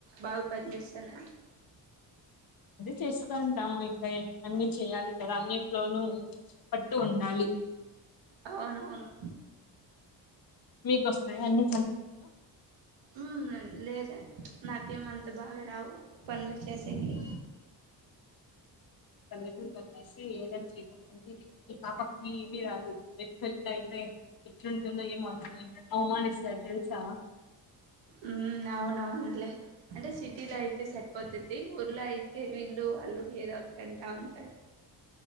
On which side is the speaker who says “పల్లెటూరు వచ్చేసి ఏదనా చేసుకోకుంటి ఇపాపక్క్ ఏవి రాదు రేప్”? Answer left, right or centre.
Left